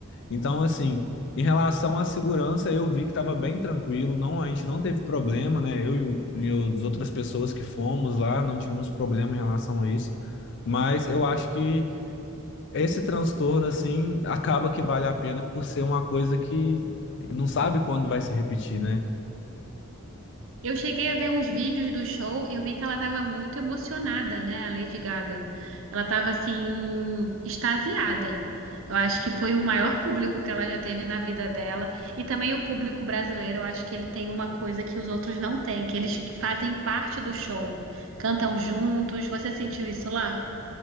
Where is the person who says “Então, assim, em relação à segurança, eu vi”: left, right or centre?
Left